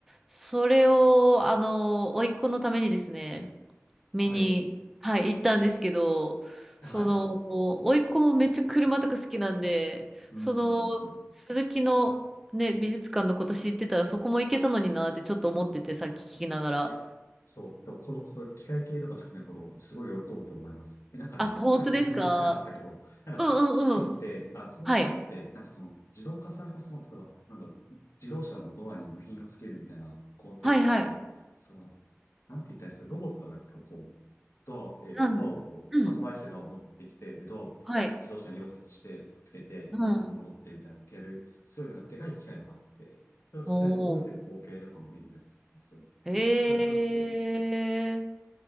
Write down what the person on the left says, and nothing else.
はい。
はい。
うん。
うんうん
で、そう。でも、この、そう、機械系とか好きな子供、すごい喜ぶと思います。で、なんかね、
さっき説明できなかったけど、なんか、
機械って、あ、工場って、
なんかその、自動化されたその、例えば、なんか、自動車のドアに部品をつけるみたいな工程って、
その、なんて言ったらいいですか、ロボットが結構こう、ドア、えっと、
ドアをこう、
運ばれてきたドアを持ってきて、で、ドアを自動車に溶接して、
つけて、で、
まあ、戻ってみたいな、やる、すごいなんかでかい機械とかあって、それを実際に動いてる光景とかも見れたりするんですよ。
結構迫力あって、